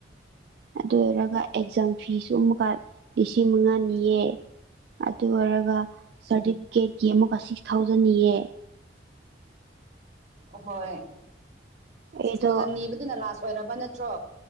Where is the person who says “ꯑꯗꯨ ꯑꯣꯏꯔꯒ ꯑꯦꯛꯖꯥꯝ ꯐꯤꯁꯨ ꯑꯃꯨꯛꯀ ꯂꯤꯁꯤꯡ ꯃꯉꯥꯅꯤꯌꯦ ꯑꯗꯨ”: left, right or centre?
Right